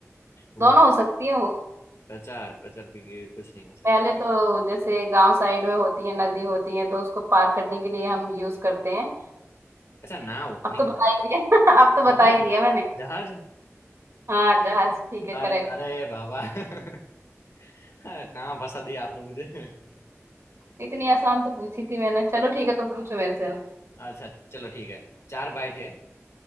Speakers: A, on the left; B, on the right.
A: वो
B: दोनों हो सकती है वो
A: प्रचार प्रचार भी के कुछ नहीं हो सकती
B: पहले तो जैसे गांव साइड में होती है नदी होती है तो उसको पार करने के लिए हम यूज करते हैं
A: अच्छा नाव
B: अब
A: नहीं
B: तो बता
A: नाव,
B: ही दिया <laughs> अब तो
A: जहाज
B: बता ही दिया मैंने
A: जहाज
B: हाँ जहाज ठीक है
A: अ-
B: करेक्ट
A: अरे बाबा <laughs> कहाँ फंसा दिया आपने मुझे <laughs>
B: इतनी आसान तो पूछी थी मैंने चलो ठीक है तुम पूछो मेरे से अब।
A: अच्छा चलो ठीक है चार भाई थे